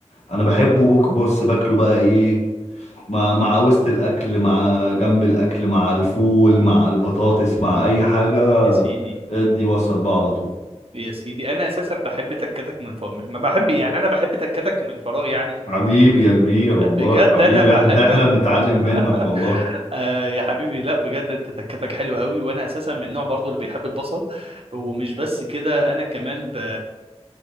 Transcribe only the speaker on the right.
يا سيدي
يا سيدي انا اساسا بحب تكتك من فراغ ما بحب يعني انا بحب تكتك من فراغ يعني
بجد
انا بحب
<laughs>
آه يا حبيبي لا بجد انت تكتك حلو قوي وانا اساسا من النوع برضو اللي بيحب البصل ومش بس كده انا كمان ب...